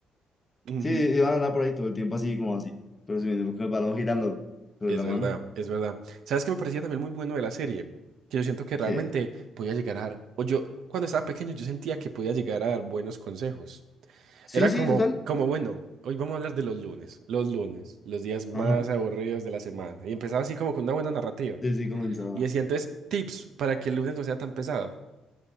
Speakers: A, on the right; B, on the left.
A: Ujú.
B: Sí, iban a andar por ahí todo el tiempo así como así. Pero sí, con el balón girando sobre
A: Es
B: la
A: verdad,
B: mano.
A: es verdad. ¿Sabes qué me parecía también muy bueno de la serie? Que yo siento que realmente
B: ¿Qué?
A: podía llegar a dar, o yo cuando estaba pequeño yo sentía que podía llegar a dar buenos consejos.
B: Sí,
A: Era
B: sí,
A: como,
B: total.
A: como bueno, hoy vamos a hablar de los lunes, los lunes, los días más
B: Ajá.
A: aburridos de la semana. Y empezaba así como con una buena narrativa.
B: Sí, sí, comenzaba.
A: Y decía entonces tips para que el lunes no sea tan pesado,